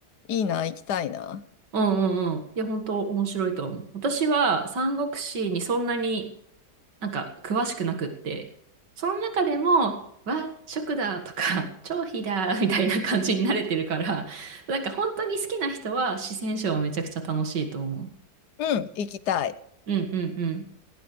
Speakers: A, on the left; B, on the right.
A: いいな、行きたいな。
B: うんうんうん。いや、本当面白いと思う。私は三国志にそんなになんか詳しくなくって、その中でも、和食だとか、<laughs> 超肥だみたいな感じに慣れてるから、なんか本当に好きな人は四川省はめちゃくちゃ楽しいと思
A: うん、行きたい。
B: う。うんうんうん。